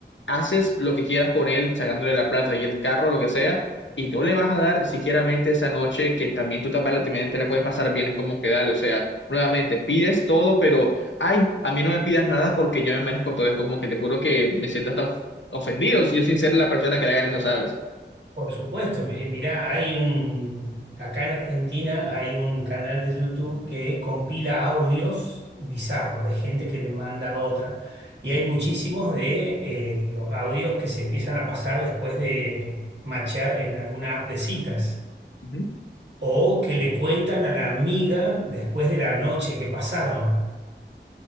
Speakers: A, on the left; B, on the right.
A: haces lo que quieras con él, sacándole la plata y el carro, lo que sea, y no le vas a dar siquiera mente esa noche que también tú también también te la puedes pasar bien, es como que dale, o sea, nuevamente, pides todo, pero, ay, a mí no me pidas nada porque yo me merezco todo, es como que te juro que me siento hasta of- ofendido, yo sin ser la persona que le hagan eso, ¿sabes?
B: <laughs> Por supuesto, mi- mirá, hay un... Acá en Argentina hay un canal de YouTube que compila audios bizarros de gente que le manda a otra. Y hay muchísimos de eh, los audios que se empiezan a pasar después de machear en alguna app de citas.
A: Ujú.
B: o que le cuentan a la amiga después de la noche que pasaron.